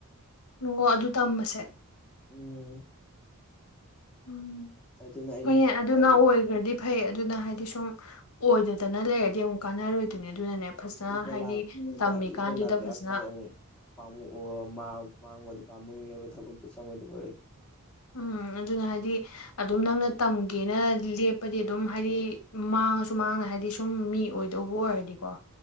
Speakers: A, on the left; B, in the centre.
A: ꯅꯣꯡꯉꯣ ꯑꯗꯨ ꯇꯝꯕꯁꯦ
B: ꯎꯝ
A: ꯎꯝ
B: ꯑꯗꯨꯅ ꯑꯩꯅ
A: ꯍꯣꯏꯅꯦ ꯑꯗꯨꯅ
B: ꯇꯝ
A: ꯑꯣꯏꯒ꯭ꯔꯗꯤ ꯐꯩ ꯑꯗꯨꯅ ꯍꯥꯏꯗꯤ ꯁꯨꯝ ꯑꯣꯏꯗꯗꯅ ꯂꯩꯔꯗꯤ ꯑꯃꯨꯛ ꯀꯥꯟꯅꯔꯣꯏꯗꯣꯏꯅꯤ ꯑꯗꯨꯅꯅꯦ ꯐꯖꯅ
B: ꯂꯨꯄꯥ
A: ꯍꯥꯏꯗꯤ
B: ꯂꯥꯛꯈ ꯂꯨꯄꯥ
A: ꯇꯝꯃꯤꯀꯥꯟꯗꯨꯗ
B: ꯂꯨꯄꯥ ꯂꯥꯛ ꯇꯔꯥꯄꯟꯗꯣ
A: ꯐꯖꯅ
B: ꯑꯃꯨꯛ ꯄꯥꯝꯨ ꯃꯥꯡꯕꯗꯤ ꯄꯥꯝꯨꯏ ꯍꯥꯏꯕ ꯊꯕꯛꯇ ꯆꯪꯉꯣꯏꯗꯔꯗꯤ
A: ꯎꯝ ꯑꯗꯨꯅ ꯍꯥꯏꯗꯤ ꯑꯗꯨꯝ ꯅꯪꯅ ꯇꯝꯒꯦꯅ ꯂꯦꯞꯄꯗꯤ ꯑꯗꯨꯝ ꯍꯥꯏꯗꯤ ꯃꯥꯡꯉꯁꯨ ꯃꯥꯡꯅ ꯍꯥꯏꯗꯤ ꯁꯨꯝ ꯃꯤ ꯑꯣꯏ ꯗꯧꯕꯣ ꯍꯥꯏꯗꯤꯀꯣ